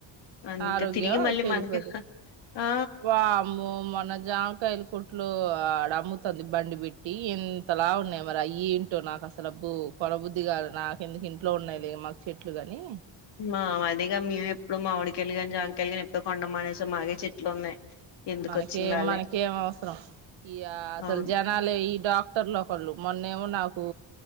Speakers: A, on the left (about 65°); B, on the right (about 85°).
A: అంతే
B: ఆరోగ్యం
A: తిరిగి మళ్ళీ
B: చెడుపోదు
A: మనకి ఆ
B: వామ్మో మన. మరి జామకాయలు కొట్లో ఆడ అమ్ముతు ఉంది బండి పెట్టి ఇంతలావు ఉన్నాయ్ మరి అయి ఎంటో నాకు అస్సల అబ్బో కొనబుద్దిగాదు నాక్ ఎందుకు ఇంట్లో ఉన్నాయిలే మాకు చెట్లుకు అని
A: మా వదిగా మేము ఎప్పుడు మామిడికాయలు గాని జామ్ కాయ్ లు గానీ ఎప్పుడు కొనడం మ్ మానేసీ మాయే చెట్లు ఉన్నాయి ఎందుకు
B: మనకేం
A: వచ్చిందాలే
B: మనకేం మ్ అవసరం ఇయ అసల్
A: అవును
B: జనాలే ఈ డాక్టర్లు ఒకళ్ళు మొన్నే ఏమో నాకు